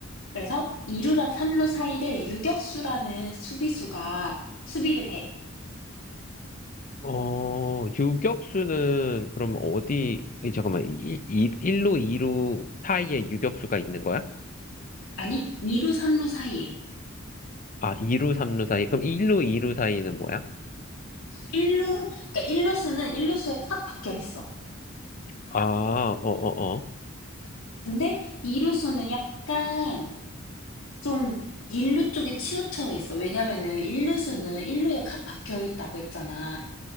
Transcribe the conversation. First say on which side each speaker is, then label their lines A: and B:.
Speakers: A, on the left; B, on the left.
A: 그래서 2루랑 3루 사이를 유격수라는 수비수가 수비를 해.
B: 어, 유격수는 그럼 어디, 이, 잠깐만, 1루, 2루 사이에 유격수가 있는 거야?
A: 아니, 2루, 3루 사이에.
B: 아, 2루, 3루 사이. 그럼 1루, 2루 사이는 뭐야?
A: 1루, 그러니까 일루수는 1루수에 칵 박혀 있어.
B: 아, 어, 어, 어.
A: 근데 2루수는 약간 좀 1루 쪽에 치우쳐 있어. 왜냐면은 1루수는 1루에 칵 박혀 있다고 했잖아.